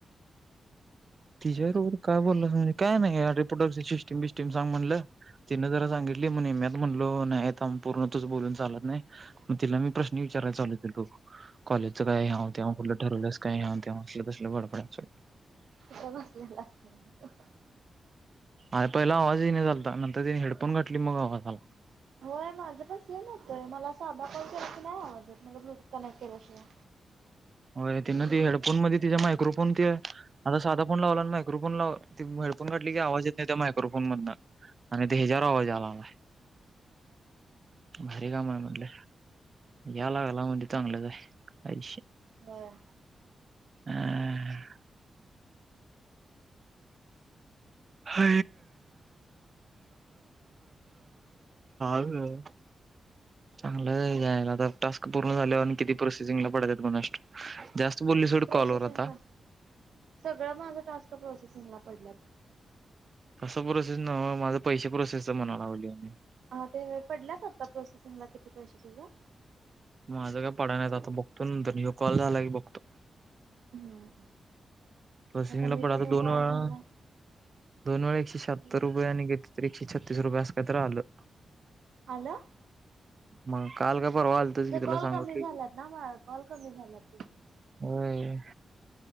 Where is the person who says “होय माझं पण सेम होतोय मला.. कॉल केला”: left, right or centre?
Right